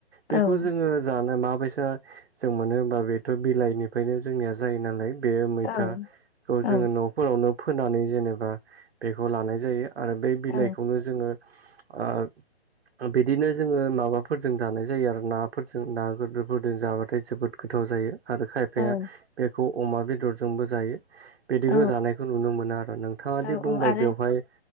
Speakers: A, on the right; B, on the left.
A: बेखौ
B: औ
A: जोंङो जानो माबायसा जों मोनो होमबा बेथ' बिलाइनिफ्रायनो जोंनिया जायो नालाय बे मैथाखौ
B: औ औ
A: जोंङो न'फोरावनो फोनानै जेनेबा बेखौ लानाय जायो। आरो बे बिलाइखौनो
B: औ
A: जोंङो ओ बिदिनो जोङो माबाफोरजों जानाय जायो आरो नाफोरजों ना गोरदोरफोरजों जाबाथाय जोबोद गोथाव जायो। आरो खायफाया
B: औ
A: बेखौ अमा बेदरजोंबो जायो। बिदिखौ
B: औ
A: जानायखौ नुनो मोनो आरो नोंथाङा
B: औ
A: दि बुंबाय
B: आरो
A: बेवहाय